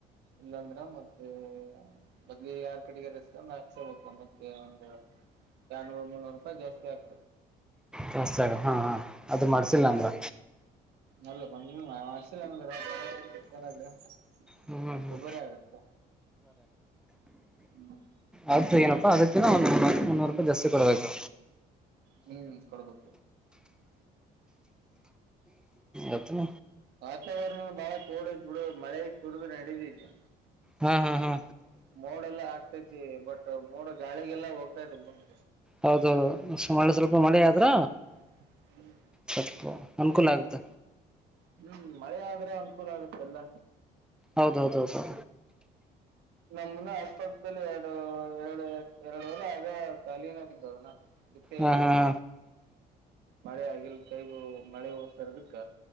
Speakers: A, on the right; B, in the centre.
A: ಇಲ್ಲಾಂದ್ರ ಮತ್ತೆ ಬದ್ಲಿ ಯಾರ್ ಕಡೆಗೆ ರಸ್ತ ನ ಮೆ ಒಂದು ನನೂರು ಮುನ್ನೂರು ರೂಪಾಯಿ ಜಾಸ್ತಿ ಆಗ್ತದೆ
B: ಜಾಸ್ತಿ ಆಗ ಹಾ ಹಾ ಅದು ಮಾಡ್ಸಿಲ್ಲ ಅಂದ್ರ
A: ನಲ್ಲ ಪ ಚನ್ನದುಬರಿ
B: ಹ್ಮ್ ಹ್ಮ್ ಹ್ಮ್
A: ಆಗುತ್ತ ಹ್ಮ್
B: ಅದದು ಏನಪ್ಪಾ ಅದಕ್ಕಿಂತ ಒಂದು ಮುನ್ನೂರು ರೂಪಾಯಿ ಜಾಸ್ತಿ ಕೊಡಬೇಕು
A: ಹ್ಮ್ ಕೊಡ್ಬು
B: ಎತ್ತನ
A: ವಾತಾವರಣ ಬಾಳ ಕೋಡದ್ ಬಿಡು ಮಳೆ ಸುರಿದು ನಡೆದಿದವಿ
B: ಹಾ ಹಾ ಹಾ
A: ಮೋಡೆ ಎಲ್ಲಾ ಆಗ್ತೈತಿ ಬಟ್ ಮೋಡ್ ಗಾಳಿಗೆಲ್ಲ ಹೋಗ್ತಾ ಮುಂದೆ
B: ಹೌದುೌದು ಮಳೆ ಸ್ವಲ್ಪ ಮಳೆ ಆದ್ರ
A: ಹ್ಮ್ ಹ್ಮ್
B: ಸ್ಪ್ಪು ಅನ್ಕೂ ಆಗುತ್ತ
A: ಹ್ಮ್ ಮಳೆ ಆದ್ರೆ ಅನುಕೂಲ ಆಗುತ್ತೆ ಎಲ್ಲ
B: ಹೌದೌದೌದೌದು
A: ನಮನ ಅಕ್ಕಪಕ್ಕದಲ್ಲಿ ಎರಡು ಎರಡು ಎರಡು ವಲ ಆಗ ಖಾಲೀನಾಗಿದ್ದಾವನಾ ಬಿತ್ತೇ
B: ಹಾ
A: ಇಲ್ಲ
B: ಹಾ
A: ಅವ್ರನ್ನ
B: ಹಾ
A: ಮಳೆ ಆಗಿಲ್ ಕೈ ಮಳೆ ಹೋಸರ ಬಿ